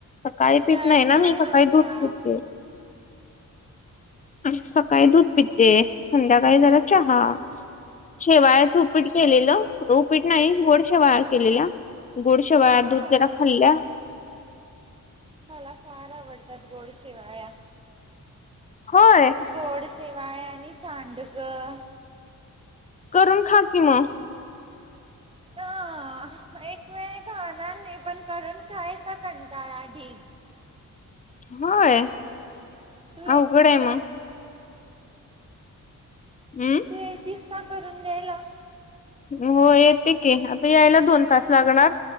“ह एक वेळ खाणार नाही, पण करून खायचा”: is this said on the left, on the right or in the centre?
Right